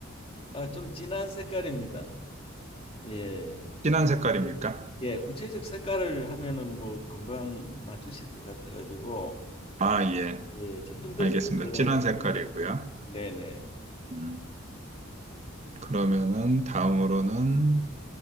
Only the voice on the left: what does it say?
아, 좀 진한 색깔입니다. 예, 예.
예, 예, 구체적 색깔을 하면은 뭐 금방 맞추실 것 같아가지고
예, 좀 힘들
때 제가
결정적-
네네.